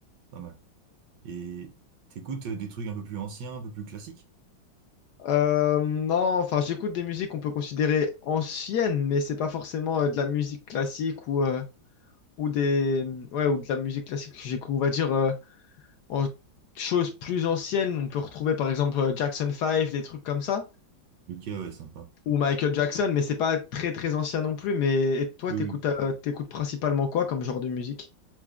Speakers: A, on the right; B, on the left.
A: pas mal. Et t'écoutes euh, des trucs un peu plus anciens, un peu plus classiques?
B: Euh, non, enfin, j'écoute des musiques qu'on peut considérer anciennes, mais c'est pas forcément euh, de la musique classique ou, euh, ou des, ouais, ou de la musique classique. que J'écoute, on va dire, euh, en choses plus anciennes. On peut retrouver, par exemple, euh, Jackson Five, des trucs comme ça,
A: Ok, ouais, sympa.
B: ou Michael Jackson, mais c'est pas très, très ancien non plus. Mais et toi,
A: Oui,
B: t'écoutes,
A: oui.
B: euh, t'écoutes principalement quoi comme genre de musique?